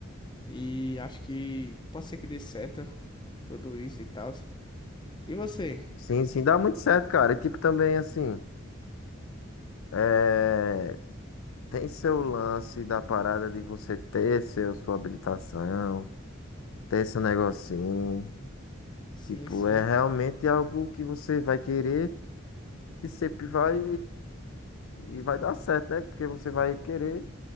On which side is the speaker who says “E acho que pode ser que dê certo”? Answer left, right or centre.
Left